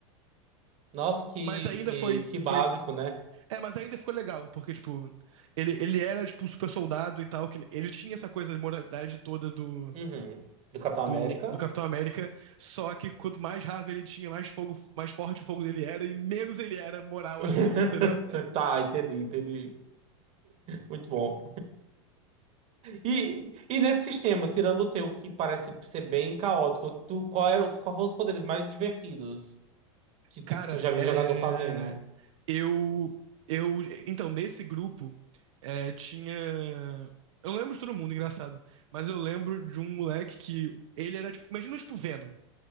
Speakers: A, on the right; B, on the right.
A: Nossa, que,
B: Mas ainda
A: que,
B: foi,
A: que básico,
B: foi.
A: né?
B: É, mas ainda ficou legal, porque, tipo, ele, ele era, tipo, um super soldado e tal. Que ele tinha essa coisa de moralidade toda do,
A: Uhum. Do Capitão
B: do,
A: América.
B: do Capitão América. Só que quanto mais raiva ele tinha, mais fogo, mais forte o fogo dele era, e menos ele era moral,
A: <laughs>
B: assim, entendeu?
A: Tá, entendi, entendi. Muito bom. E, e nesse sistema, tirando o teu, que parece ser bem caótico, tu, qual era, qual foram os poderes mais divertidos que, tipo,
B: Cara,
A: tu já viu
B: é,
A: jogador fazendo?
B: eu, eu, então, nesse grupo, é, tinha, eu não lembro de todo mundo, engraçado, mas eu lembro de um moleque que, ele era, tipo, imagina, tipo, Venom,